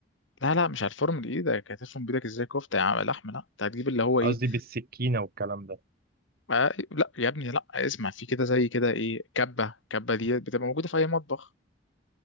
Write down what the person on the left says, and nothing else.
لا لا مش هتفرم بايدك هتفرم بايدك ازاي كفتة يا عم لحمة لا انت هتجيب اللي هو ايه
آه، لا يا ابني لا اسمع في كده زي كده ايه كبة كبة دي بتبقى موجودة في اي مطبخ